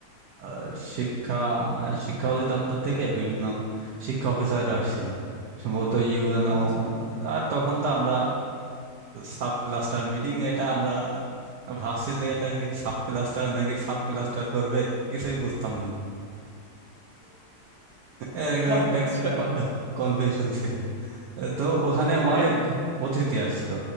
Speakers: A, on the right; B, on the right.
A: আহ, শিক্ষা শিক্ষা অধিদপ্তর থেকে বিভিন্ন শিক্ষা অফিসাররা আসছিল সম্ভবত ইউএনও
B: আচ্ছা
A: আর তখন তো আমরা সাব ক্লাস্টার মিটিং এটা আমরা ভাবছি যে এটা কি সাব ক্লাস্টার নাকি সাব ক্লাস্টার করবে কিছুই বুঝতাম না এরকম
B: আচ্ছা
A: একটা কনফিউশন ছিল তো ওখানে
B: হ্যাঁ
A: অনেক অতিথি আসছিল